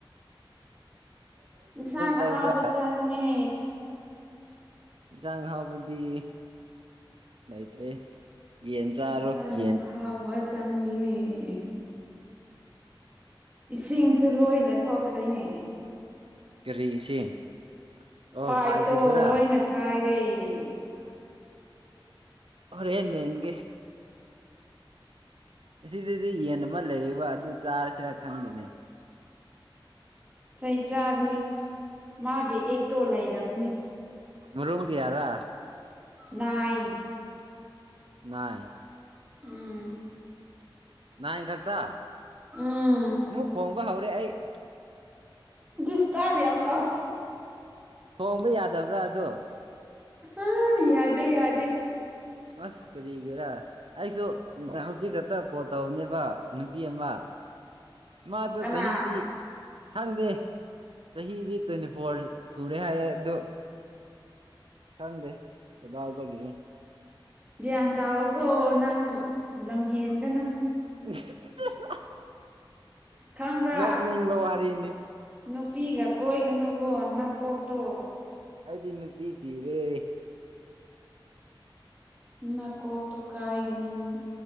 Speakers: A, on the right; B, on the right.
A: ꯁꯒ
B: ꯇꯩꯕ꯭ꯔꯥ
A: ꯍꯥꯎ ꯄꯆꯥꯅꯤꯌꯦ
B: ꯏꯟꯁꯥꯡ ꯍꯥꯎꯕꯗꯤ ꯂꯩꯇ꯭ꯔꯦ ꯌꯦꯟ ꯆꯥꯔꯣ
A: ꯏꯟꯁꯥꯡ
B: ꯌꯦꯟ
A: ꯑꯍꯥꯎꯕ ꯆꯥꯅꯤꯡꯉꯦ ꯏꯁꯤꯡ ꯏ ꯁꯨ ꯂꯣꯏꯅ ꯊꯣꯛꯈ꯭ꯔꯔꯤꯅꯦ
B: ꯀꯔꯤ ꯏꯁꯤꯡ ꯑꯣ
A: ꯄꯥꯏꯇꯣ
B: ꯄꯥꯏꯞꯀꯤꯗꯨꯔꯥ
A: ꯂꯣꯏꯅ ꯀꯥꯏ ꯦ <unintelligible>
B: ꯍꯔꯦꯟꯃꯤꯟꯦ ꯑꯁꯤꯗꯗꯤ ꯌꯦꯟ ꯑꯃ ꯂꯩꯔꯤꯕꯌꯦ ꯑꯗꯨ ꯆꯥꯔꯁꯤꯔꯥ ꯈꯪꯗꯅꯦ
A: ꯆꯍꯤ ꯆꯥꯒꯅꯤ ꯃꯥꯒꯤ ꯑꯦꯛꯇꯣ ꯂꯩꯔꯕꯅꯤ
B: ꯃꯔꯨꯝ ꯀ ꯌꯥꯔ
A: ꯅꯥꯏꯟ
B: ꯅꯏ
A: ꯎꯝ
B: ꯅꯅꯥ ꯏꯪꯛꯇ
A: ꯎꯝ
B: ꯑꯃꯨꯛ ꯍꯣꯡꯕ ꯍꯥꯎ ꯍꯔꯦ ꯑꯩ <unintelligible>
A: ꯁ ꯇꯕꯔꯤ ꯇ <unintelligible>
B: ꯈꯣꯡꯕ ꯌꯥꯗꯕ꯭ꯔꯥ ꯑꯗꯣ
A: ꯑꯥ ꯌꯥꯗꯦ ꯌꯥꯗꯦ
B: ꯑꯁ ꯀꯔꯤꯒꯤꯦꯔꯥ ꯑꯩꯁꯨ ꯍꯧꯖꯤꯛ ꯈꯛꯇ ꯀꯣꯜ ꯇꯧꯕꯅꯦꯕ ꯅꯨꯄꯤ ꯑꯃ ꯃꯥ ꯑꯗꯨ
A: ꯀꯅꯥ
B: ꯆꯍꯤꯗꯤ ꯈꯪꯗꯦ ꯆꯍꯤꯗꯤ ꯇ꯭ꯋꯦꯟꯇꯤ ꯐꯣꯔ ꯁꯨꯔꯦ ꯍꯥꯏꯌꯦꯦ ꯑꯗꯨ ꯈꯪꯗꯦ ꯀꯗꯥꯏꯗꯅꯣ
A: ꯌꯥ ꯇꯥꯎꯒꯣ ꯅꯪ ꯂꯝ ꯍꯟꯒꯅꯨ
B: <unintelligible>
A: ꯈꯪꯕ꯭ꯔꯥ
B: ꯅꯣꯛꯅꯤꯡꯕ ꯋꯥꯔꯤꯅꯤ
A: ꯅꯨꯄꯤꯒ ꯀꯣꯏꯒꯅꯨꯀꯣ ꯅꯥꯀꯣꯛ ꯇꯣ
B: ꯑꯩꯗꯤ ꯅꯨꯄꯤ ꯊꯤꯔꯦ
A: ꯅꯥꯀꯣꯛꯇꯨ ꯀꯥꯏꯒꯅꯤ ꯅꯪ